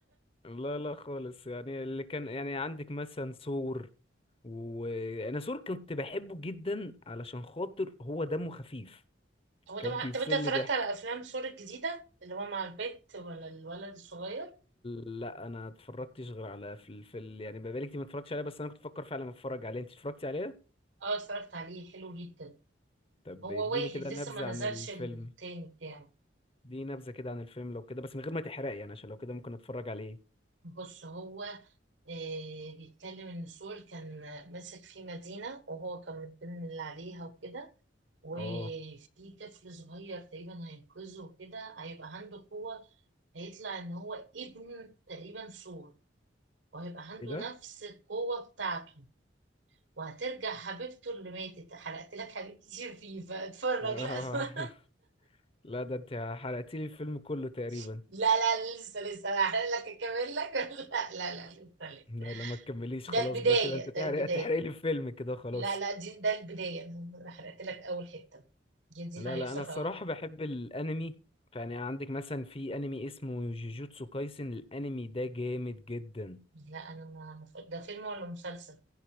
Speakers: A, on the left; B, on the right.
A: لا لا خالص يعني اللي كان يعني عندك مثلا سور وانا سور كنت بحبه جدا علشان خاطر هو دمه خفيف
B: <laughs> هو ده
A: كان
B: مح...
A: بيفصل
B: طب انت اتفرجت
A: لي ضحك
B: على افلام سور الجديده اللي هو مع البت ولا الولد الصغير
A: لا انا اتفرجتش غير على في ال... في ال... يعني بقالي كتير ما اتفرجتش عليه بس انا كنت بفكر فعلا اتفرج عليه انت اتفرجتي عليه
B: اه اتفرجت عليه حلو جدا
A: طب
B: هو
A: اديني
B: واحد
A: كده
B: لسه
A: نبذة
B: ما نزلش
A: عن الفيلم
B: التاني بتاعه
A: دي نبذة كده عن الفيلم لو كده بس من غير ما تحرقي يعني عشان لو كده ممكن اتفرج عليه
B: بص هو آه، بيتكلم ان سول كان ماسك في مدينة وهو كان متضمن اللي عليها وكده وفي
A: اه
B: طفل صغير تقريبا هينقذه وكده هيبقى عنده قوة هيطلع ان هو ابن تقريبا سول وهيبقى عنده
A: ايه ده
B: نفس القوة بتاعته وهترجع حبيبته اللي ماتت حرقت لك حاجات كتير فيه فاتفرج
A: آه.
B: لا اتفرج.
A: <laughs> لا ده انت حرقتيلي الفيلم كله تقريبا
B: <laughs> لا لا لسه لسه هحرق لك اكمل لك <laughs> لا لا لا لسه لسه
A: لا لا ما تكمليش
B: ده
A: خلاص
B: البداية
A: بقى كده انت تحرق
B: ده البداية
A: تحرق لي فيلم كده خلاص
B: لا لا دي ده البداية أنا حرقت لك أول حتة دي دي
A: لا
B: اللي هيحصل
A: لا انا الصراحة
B: في أول حتة.
A: بحب الانمي يعني عندك مثلا في انمي اسمه جوجوتسو كايسن الانمي ده جامد جدا
B: لا أنا ما ما ف- ده فيلم ولا مسلسل